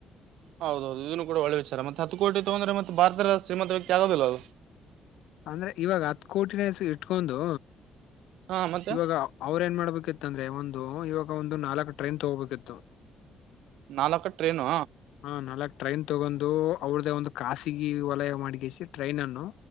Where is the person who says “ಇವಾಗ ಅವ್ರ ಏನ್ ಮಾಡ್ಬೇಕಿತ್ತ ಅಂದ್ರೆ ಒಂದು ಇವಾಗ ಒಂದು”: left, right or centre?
Left